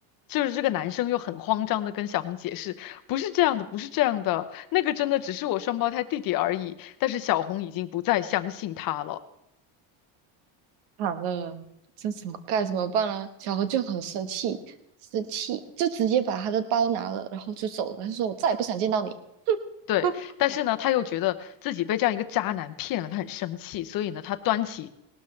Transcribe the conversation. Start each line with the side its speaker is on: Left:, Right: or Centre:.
Left: 就是这个男生又很慌张的跟小红解释，不是这样的，不是这样的，那个真的只是我双胞胎弟弟而已。但是小红已经不再相信他了。
Right: 惨了，这怎么该怎么办呢？小何就很生气，生气就直接把他的包拿了，然后就走了。他说：“我再也不想见到你。
Left: 对，
Right: <laughs>”
Left: 但是呢，他又觉得自己被这样一个渣男骗了，他很生气，所以呢，他端起